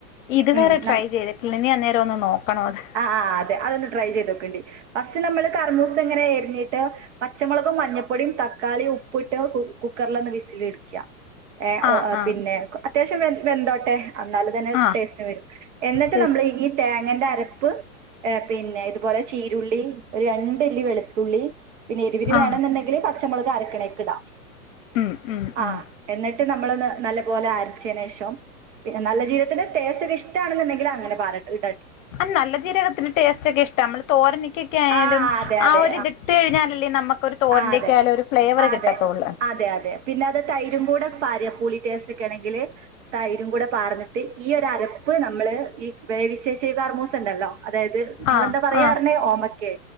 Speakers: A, on the left; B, on the right.
A: ഇത് വരെ
B: ഉം
A: ട്രൈ
B: നം
A: ചെയ്തിട്ടില്ല ഇനി അന്നേരം ഒന്ന് നോക്കണോ അത്
B: ആ അതെ അതൊന്ന് ട്രൈ ചെയ്തോക്കണ്ടിം ഫസ്റ്റ് നമ്മള് കറമൂസങ്ങനെ എരിഞ്ഞീട്ട് പച്ചമൊളകും മഞ്ഞപ്പൊടിയും തക്കാളി ഉപ്പിട്ട് കുക്കറിലൊന്ന് വിസിൽ അടിക്ക ഏ
A: ആ ആ
B: പിന്നെ അത്യാവശ്യം വെന്തോട്ടെ എന്നാല് തന്നെ
A: ആ
B: ടേസ്റ്റ് വരൂ എന്നിട്ട്
A: ടേസ്റ്റ്
B: നമ്മള് ഈ തേങ്ങേന്റെ അരപ്പ് ഏ പിന്നെ ഇതുപോലെ ചീരുള്ളി ഒരു രണ്ടല്ലി വെളുത്തുള്ളി പിന്നെ എരുവിന്
A: ആ
B: വേണന്ന്ണ്ടെങ്കില് പച്ചമുളക് അരക്കണേക്ക് ഇടാ
A: ഉം ഉം
B: ആ
A: ഉം
B: എന്നിട്ട് നമ്മളൊന്ന് നല്ല പോലെ അരച്ചേനേഷം നല്ല ജീരകത്തിന്റെ ടേസ്റ്റൊക്കെ ഇഷ്ട്ടാണെന്നുണ്ടെങ്കില് അങ്ങനെ പാരട്ടോ
A: ആ നല്ല ജീരകത്തിന്റെ ടേസ്റ്റ് ഒക്കെ ഇഷ്ട്ടാ നമ്മള് തോരനൊക്കൊക്കെ ആയാലും
B: ആ അതെ അതെ
A: ആ ഒര് ഇത് ഇട്ട് കഴിഞ്ഞാലല്ലേ നമുക്കൊരു തോരന്റെ
B: ആ അതെ
A: ഒക്കെആയാലും ഒരു ഫ്ലേവർകിട്ടത്തൊള്ള്
B: അതെ അതെ അതെ പിന്നെ അത് തൈരും കൂടെ പാര്ആ പുളി ടേസ്റ്റ്ക്കേ ണെങ്കില് തൈരും കൂടെ പാർന്നിട്ട് ഈ ഒരരപ്പ് നമ്മള് ഈ- വേവിച്ചെച്ച ഈ കർമൂസ ഉണ്ടല്ലോ അതായത് നിങ്ങളെന്താ
A: ആ
B: പറയാറുന്നെ
A: ആ
B: ഓമക്കേ